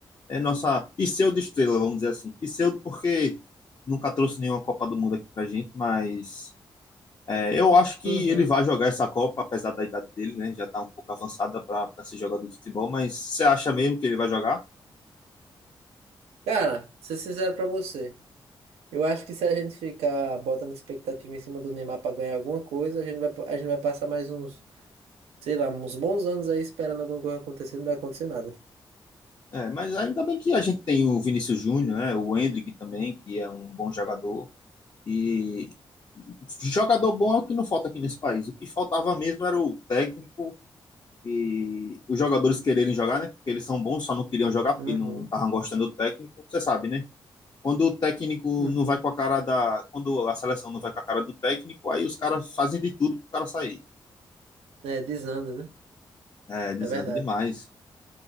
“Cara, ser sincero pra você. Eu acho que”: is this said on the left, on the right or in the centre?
Right